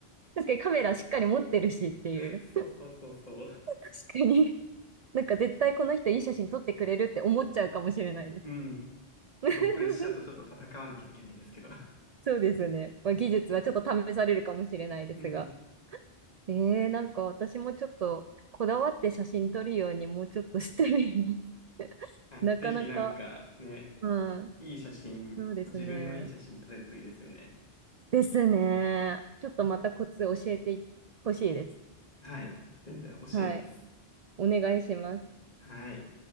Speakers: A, on the right (about 55°); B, on the left (about 40°).
A: 確かにカメラしっかり持ってるしっていう。
B: <laughs> そうそうそうそう。
A: <laughs> 確かに。なんか絶対この人いい写真撮ってくれるって思っちゃうかもしれないです。
B: うん。そのプレッシャーとちょっと戦わなきゃいけないんですけど。
A: <laughs> そうですね。まあ、技術はちょっと試されるかもしれないですが。
B: <laughs> うん。
A: えー、なんか私もちょっとこだわって写真撮るようにもうちょっとしてみます。<laughs>
B: はい。
A: なかなか、
B: ぜひなんかね、
A: うん、
B: いい写真、
A: そうですね。
B: 自分のいい写真撮れるといいですよね。
A: ですね。ちょっとまたコツ教えてほしいです。
B: はい。全然教えます。
A: はい。お願いします。
B: はい。